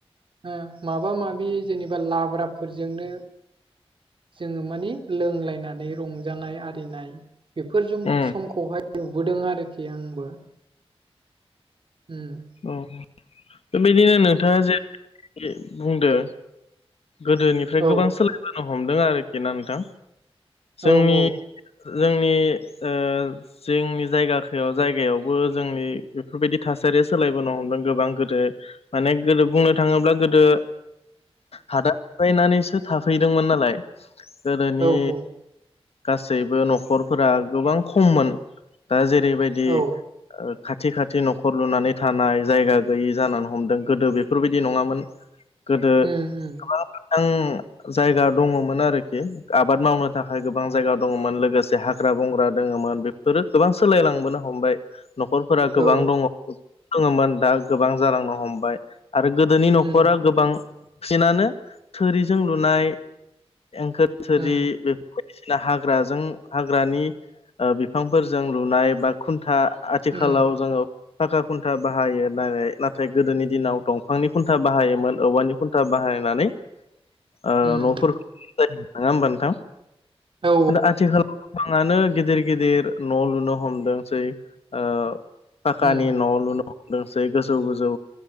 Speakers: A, on the right; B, on the left.
A: हो माबा माबि जेनेबा लाब्राफोरजोंनो जोङो मानि लोंलायनानै रंजानाय आरिनाय बेफोर जम-समखौहाय
B: उम
A: नुबोदों आरोखि आंबो हम
B: औ बेबायदिनो नोंथाङा जेरै बुंदों गोदोनिफ्राय
A: ओ
B: गोबां सोलायबोनो हमदों आरोखि ना नोंथां जोंनि
A: औ औ
B: जोंनि ओ जोंनि जायगाखौ जायगायावबो जोंनि बेफोरबायदि थासारि सोलायबोनो हमदों गोबां गोदो माने गोदो बुंनो थाङोब्ला गोदो हादान नानैसो थाफैदोंमोन नालाय गोदोनि
A: ओ
B: गासैबो न'खरफोरा गोबां खममोन दा जेरैबायदि
A: औ औ
B: ओ खाथि खाथि न'खर लुनानै थानाय जायगा गैयि जानानै हमदों गोदो बेफोरबायदि नङामोन गोदो
A: उम उम
B: गोबां मोजां जायगा दङमोन आरोखि आबाद मावनो थाखाय गोबां जायगा दङमोन लोगोसे हाग्रा बंग्रा दङमोन बे फोरो गोबां सोलायलांबोनो हमबाय न'खरफोरा गोबां
A: औ
B: दङ दोङोमोन दा गोबां जालांनो हमबाय आरो गोदोनि न'खरा
A: उम
B: गोबां फिनानो थोरिजों लुनाय एंखोर थोरि
A: उम
B: बे बायदिसिना हाग्राजों हाग्रानि ओ बिफांफोरजों लुनाय बा खुन्था आथिखालाव
A: उम
B: जोङो थाखा खुन्था बाहायो नालाय नाथाय गोदोनि दिनाव दंफांनि खुन्था बाहायोमोन औवानि खुन्था बाहायनानै ओ
A: उम
B: न'फोर <inaudible> नङा होमबा नोंथां
A: औ
B: खिन्थु आथिखालाव गोबांङानो गिदिर गिदिर न' लुनो हमदोंसै ओ फाखानि
A: उम
B: न' लुनो हमदोंसै गोजौ गोजौ